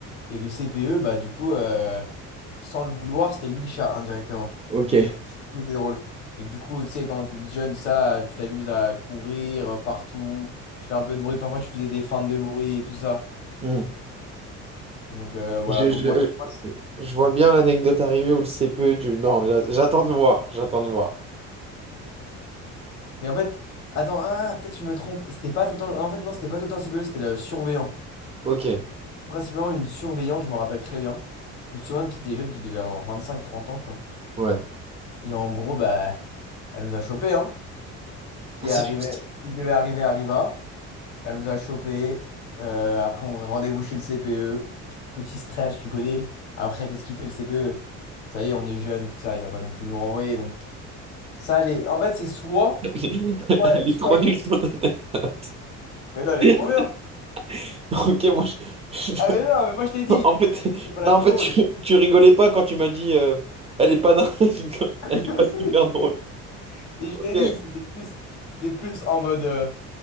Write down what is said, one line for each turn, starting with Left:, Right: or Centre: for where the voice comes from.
Left: Et le CPE, bah, du coup, euh, sans le vouloir, c'était lui le chat, indirectement.
Right: Ok.
Left: Et du coup, c'était drôle. Et du coup, tu sais, quand t'es jeune, ça, tu t'amuses à courir euh, partout, tu fais un peu de bruit, parfois tu faisais des feintes de bruit et tout ça.
Right: Hmm.
Left: Donc euh, voilà,
Right: Je,
Left: donc
Right: je-
Left: moi, ça passe.
Right: je- vois bien l'anecdote arriver où le CPE. tu- Non, j'a- j'attends de voir. J'attends de voir.
Left: Mais en fait, attends, ah, peut-être que je me trompe. C'était pas tout le temps. En fait, non, c'était pas tout le temps le CPE, c'était le surveillant.
Right: Ok.
Left: Principalement une surveillante, je me rappelle très bien. Une surveillante qui était jeune, qui devait avoir 25-30 ans, tu vois.
Right: Ouais.
Left: Et en gros, bah, elle nous a chopés, hein. Ce qui
Right: Ah, c'est
Left: est arrivé,
Right: juste.
Left: ce qui devait arriver arriva. Elle nous a chopés. Euh, après, on rendez-vous chez le CPE. Petit stress, tu connais. Après, qu'est-ce qu'il fait le CPE? Ça y est, on est jeune et tout ça, il va pas non plus nous renvoyer. Donc, ça, les... en fait, c'est soit.
Right: <laughs> Elle est
Left: Ouais,
Right: elle
Left: soit.
Right: est trop nulle
Left: <laughs>
Right: ton anecdote.
Left: Mais non, elle
Right: <laughs>
Left: est trop bien.
Right: Ok, moi, je- je-
Left: Ah mais non, mais moi je t'ai dit,
Right: en fait,
Left: je t'ai dit que c'était pas la
Right: non,
Left: plus
Right: en fait,
Left: drôle.
Right: tu, tu rigolais pas quand tu m'as dit euh, elle est pas dingue, <laughs>
Left: <laughs>
Right: elle est pas super drôle.
Left: Mais
Right: Ok,
Left: je t'ai dit, c'était plus, c'était plus en mode euh,